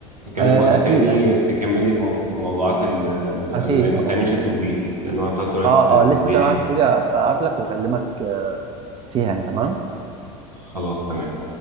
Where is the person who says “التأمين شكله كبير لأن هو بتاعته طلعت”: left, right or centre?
Right